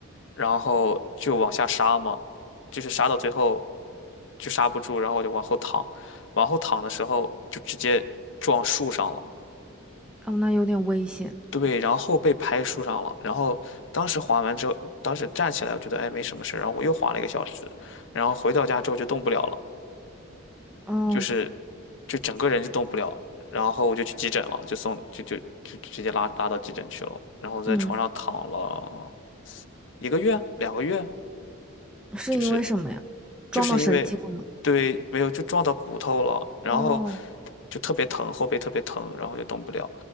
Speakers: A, on the left; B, in the centre.
A: 然后就往下杀嘛。就是杀到最后，就刹不住，然后我就往后躺，往后躺的时候就直接撞树上了。
B: 哦，那有点危险。
A: 对，然后被拍树上了。然后当时滑完之后，当时站起来，我觉得哎没什么事然后我又滑了一个小时，然后回到家之后就动不了了，
B: 哦，
A: 就是就整个人就动不了。然后我就去急诊了，就送就就就直接拉拉到急诊去了。然后在床上躺了
B: 嗯，
A: 一个月、两个月，
B: 是因为什么呀？
A: 就是
B: 撞到神经了吗？
A: 就是因为对没有就撞到骨头了，然后
B: 哦，
A: 就特别疼，后背特别疼，然后就动不了。